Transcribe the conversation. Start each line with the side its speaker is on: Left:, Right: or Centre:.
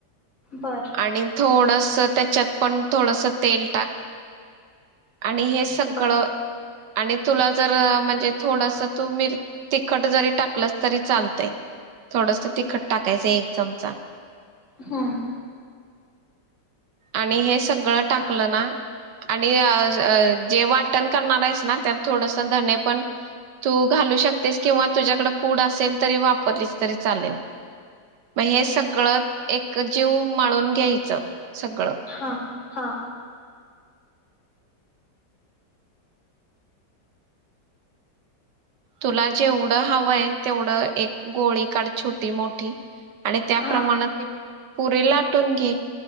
Left: बर
Right: आणि थोडस त्याच्यात पण थोडस तेल टाक आणि हे सगळं
Left: बर
Right: आणि तुला जर म्हणजे थोडस तू मी तिखट जरी टाकलंस तरी चालतंय थोडस तिखट टाकायचं एक चमचा
Left: हम्म
Right: आणि हे सगळं टाकलं ना आणि जे वाटण करनार आहेस ना त्यात थोडस धणे पण तू घालू शकतेस किंवा तुझ्याकड पूड असेल तरी वापरलीस तरी चालेल मग हे सगळं एक जीव माळून घ्यायचं. सगळं.
Left: हा हा
Right: तुला जेवढं हवंय तेवढं एक गोळी काढ छोटी मोठी. आणि त्याप्रमाण.
Left: हा
Right: पुरी लाटून घे